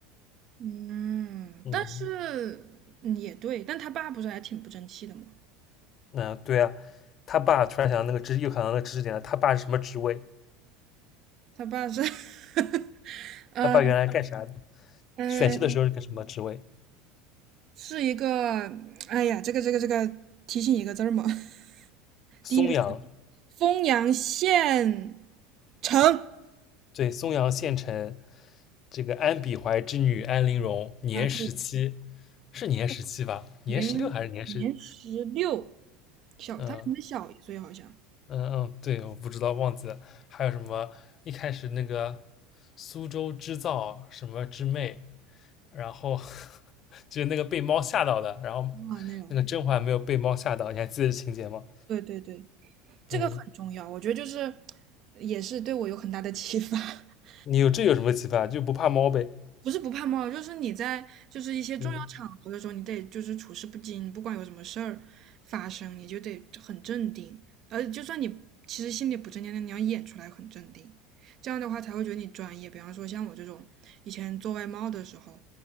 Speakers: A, on the right (about 50°); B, on the left (about 45°).
A: 嗯，
B: 嗯
A: 但是嗯也对，但他爸不是还挺不争气的吗？
B: 那对啊，他爸突然想到那个知，又想到那个知识点了，他爸是什么职位？
A: 他爸是 <laughs> 嗯，
B: 他爸原来干啥的？
A: 嗯，
B: 选秀的时候是个什么职位？
A: 是一个，哎呀，这个这个这个，提醒一个字儿嘛。<laughs>
B: 松阳，
A: 第一个丰阳县城。
B: 对，松阳县城这个安比怀之女安陵容，年十七，
A: 啊，对对，
B: 是年十七吧？年十六还是年十？
A: 年年十六，小，
B: 嗯
A: 他比我们小一岁好像。
B: 嗯嗯，对，我不知道，忘记了。还有什么？一开始那个苏州织造什么织妹，然后 <laughs> 就是那个被猫吓到的，然后
A: 啊，那种，
B: 那个甄嬛没有被猫吓到，你还记得这情节吗？
A: 对对对，这个很重要，
B: 嗯，
A: 我觉得就是也是对我有很大的启发。<laughs>
B: 你有这有什么启发？就不怕猫呗？
A: 不是不怕冒，就是你在就是一些重要场合的时候，
B: 嗯
A: 你得就是处事不惊，不管有什么事儿发生，你就得很镇定。而就算你其实心里不镇定，但你要演出来很镇定，这样的话才会觉得你专业。比方说像我这种以前做外贸的时候，